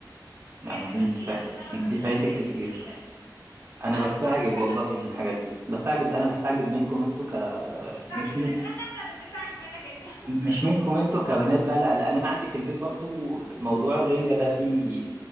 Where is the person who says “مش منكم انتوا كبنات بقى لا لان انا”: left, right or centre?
Right